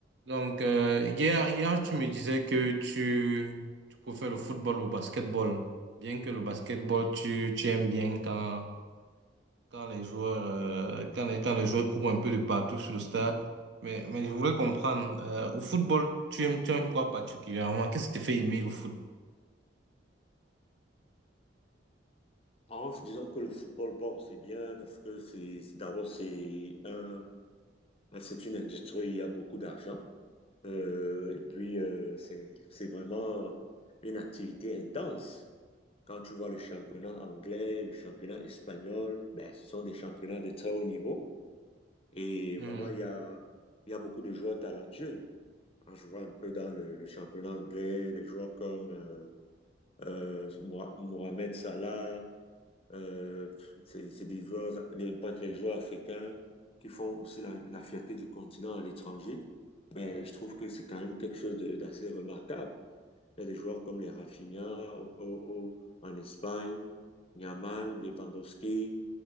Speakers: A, on the right (about 70°); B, on the left (about 30°).
A: Donc, euh, hier, hier, tu me disais que tu, tu préfères le football au basketball. Bien que le basketball, tu, tu aimes bien quand, quand les joueurs, euh, quand les, quand les joueurs courent un peu de partout sur le stade. Mais, mais je voulais comprendre, euh, au football, tu aimes, tu aimes quoi particulièrement? Qu'est-ce qui te fait aimer le foot?
B: En disant que le football, bon, c'est bien parce que c'est c'est- d'abord c'est un, un- c'est une industrie, où il y a beaucoup d'argent. Euh, et puis euh, c'est c'est vraiment une activité intense. Quand tu vois le championnat anglais, le championnat espagnol, ben, ce sont des championnats de très haut niveau. Et
A: Mhm,
B: vraiment, il y a, il y a beaucoup de joueurs talentueux. Quand je vois un peu dans le, le championnat anglais, les joueurs comme euh, euh, Moha- Mohamed Salah. Euh, c'est c'est des joueurs, les, pas que les joueurs africains qui font aussi la, la fierté du continent à l'étranger. Mais je trouve que c'est quand même quelque chose de- d'assez remarquable. Il y a des joueurs comme les Rafinha au- au- au- en Espagne, Yamal, Lewandowski,